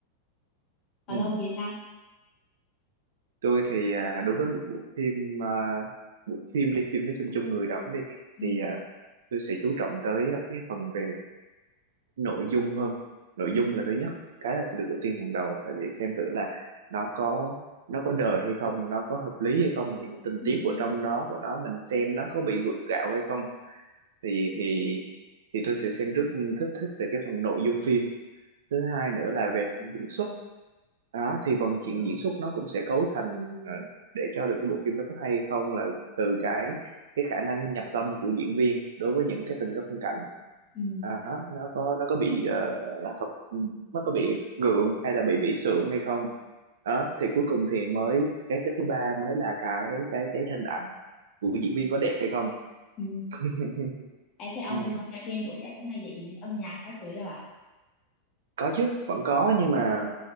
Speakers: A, on the left; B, on the right.
A: còn
B: Ừ.
A: ông thì sao
B: Tôi thì à, đối với một bộ phim à, bộ phim đi phim nói chung chung người đóng đi
A: ừ
B: thì à, tôi sẽ chú trọng tới à, cái phần về nội dung hơn nội
A: Ừ.
B: dung là thứ nhất cái là sẽ được ưu tiên hàng đầu tại vì xem thử là nó có nó có đời hay không nó có hợp lý hay không những cái tình
A: Ừ.
B: tiết
A: ừ
B: của trong đó của nó mình xem nó có bị gượng gạo hay không thì thì thì tôi sẽ xem trước thích thích về cái phần nội dung phim thứ hai nữa là về phần diễn xuất đó thì phần chuyện
A: ừ
B: diễn xuất nó cũng sẽ cấu thành ờ, để cho được cái bộ phim nó có hay không là từ cái cái khả năng nhập tâm của diễn viên đối với những cái từng cái phân cảnh
A: ừ
B: đó nó có nó có bị ờ, là hợp nó có bị gượng hay là bị bị sượng hay không đó thì cuối cùng thì mới cái xếp thứ ba mới là cái cái cái hình ảnh của diễn viên có đẹp hay không
A: ừ
B: <laughs>
A: Ê, thế ông
B: ừ,
A: xem phim cũng sẽ không hay để ý đến âm nhạc các thứ đâu à
B: có chứ vẫn có nhưng mà